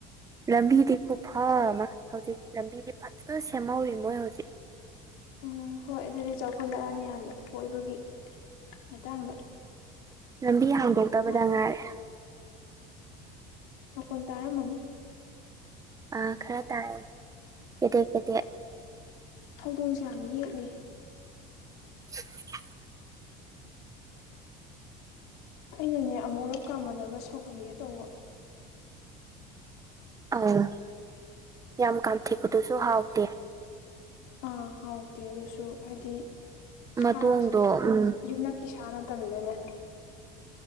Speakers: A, on the right; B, on the left.
A: ꯂꯝꯕꯤꯗꯤ ꯈꯨꯐ ꯑꯃ ꯍꯧꯖꯤꯛ ꯂꯝꯕꯤꯗꯤ ꯐꯖꯅ ꯁꯦꯝꯍꯧꯔꯤ ꯃꯣꯏ ꯍꯧꯖꯤꯛ
B: ꯎꯝ ꯍꯣꯏ ꯑꯗꯨꯗꯤ ꯆꯥꯎꯈꯠꯂꯛꯑꯅꯤ ꯌꯥꯝꯅ ꯀꯣꯏꯕꯒꯤ ꯃꯇꯥꯡꯗ
A: ꯂꯝꯕꯤ ꯍꯥꯡꯗꯣꯛꯇꯕꯗ
B: ꯃꯥ
A: ꯉꯥꯏꯔꯦ
B: ꯎꯝ ꯃꯈꯣꯟ ꯇꯥꯔꯝꯃꯅꯤ
A: ꯑ ꯈꯔ ꯇꯥꯔꯦ ꯀꯩꯗꯦꯛ ꯀꯦꯗꯦꯛ
B: ꯍꯧꯗꯣꯡꯁꯨ ꯌꯥꯝ ꯌꯦꯠꯂ
A: <unintelligible>
B: ꯑꯩꯅꯅꯦ ꯑꯃꯨꯛꯨꯔꯛ ꯀꯥꯝꯃꯜꯂꯒ ꯁꯧꯍꯟꯒꯦ ꯇꯧꯕ
A: ꯑꯧ ꯌꯥꯝ ꯀꯥꯝꯊꯤꯄꯗꯨꯁꯨ ꯍꯥꯎꯗꯦ
B: ꯑꯥ ꯍꯥꯎꯇꯦ ꯑꯗꯨꯁꯨ ꯍꯥꯏꯗꯤ
A: ꯃꯇꯣꯡꯗꯣ
B: ꯁꯥꯁꯦ
A: ꯎꯝ
B: ꯌꯨꯝꯂꯛꯀꯤ ꯁꯥꯅ ꯇꯃꯤꯅꯅꯦ